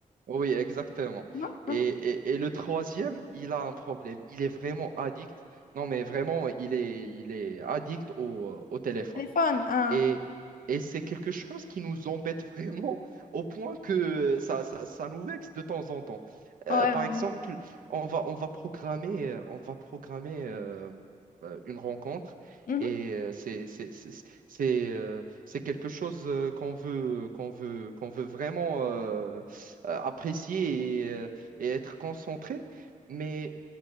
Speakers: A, on the right (about 80°); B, on the left (about 85°).
A: Oui, exactement.
B: Non?
A: Et,
B: Mhm.
A: et, et le troisième, il a un problème. Il est vraiment addict. Non, mais vraiment, il est, il est addict au, au téléphone.
B: Téléphone, hein.
A: Et, et c'est quelque chose qui nous embête <laughs> vraiment au point que ça, ça, ça nous vexe de temps en temps. Euh,
B: Ouais,
A: par
B: ouais.
A: exemple, on va, on va programmer, euh, on va programmer euh, euh, une rencontre
B: Mhm.
A: et euh, c'est, c'est, c'est, c'est, euh, c'est quelque chose euh, qu'on veut, qu'on veut, qu'on veut vraiment euh, euh, apprécier et, euh, et être concentré, mais